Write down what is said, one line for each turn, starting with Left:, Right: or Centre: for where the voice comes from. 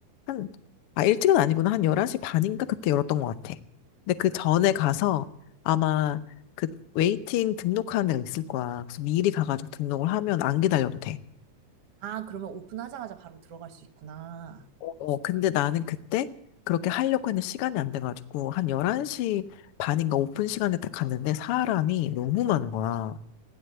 Left: 한, 아, 일찍은 아니구나. 한 11시 반인가 그때 열었던 것 같아. 근데 그 전에 가서 아마 그 웨이팅 등록하는 데가 있을 거야. 그래서 미리 가가지고 등록을 하면 안 기다려도 돼.
Right: 아, 그러면 오픈하자마자 바로 들어갈 수 있구나.
Left: 어, 근데 나는 그때 그렇게 하려고 했는데 시간이 안 돼가지고, 한 11시 반인가 오픈 시간에 딱 갔는데 사람이 너무 많은 거야.